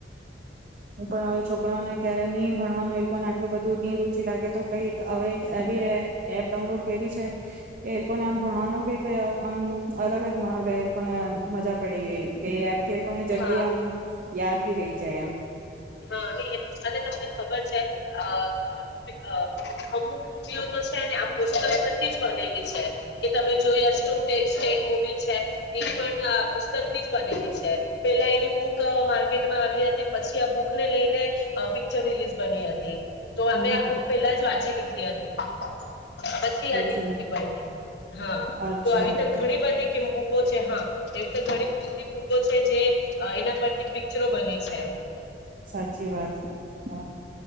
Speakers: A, on the right (about 50°); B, on the left (about 70°).
A: હું પણ હવે છોકરાઓને ક્યારે ની ભણવાનું એ પણ આડલું બધું ની રુચિ લાગે તો કઈક હવે એક એવી એપ ડાઉનલોડ કરી છે કે એ પણ આમ ભણવાનું બી ક આમ અલગ જ મા હવે એ પણ મજા પડી ગઈ કેપ તે કોઈ જલ્દી
B: હા
A: આમ યાદ ભી રહી જાય એમ
B: હા નહી એ અને તમને ખબર છે આ આ અમુક મુવીઓ તો છે ને આ પુસ્તક પરથી જ બનેલી છે કે તમે જોય શું ટેસ્ટ સેટ મુવી છે એ પણ પુસ્તક ની જ બનેલી છે પેલા એની બુક માર્કેટમાં આવી હતી પછી આ બુકને લઈને પિક્ચર રિલીઝ બની હતી તો અમે
A: હમ
B: આ બુક પેલા જ વાંચી લીઘુ એ હતી પછી
A: સાચી
B: આની મુવી
A: વાત.
B: બાઈને હા
A: અચ્છા
B: તો આવી તો ઘણી બધી કે ભૂકો છે હા એવીતે ઘણી બધી બધી ભૂકો છે જે અ એના પરથી પિક્ચરો બની છે
A: સાચી વાત હા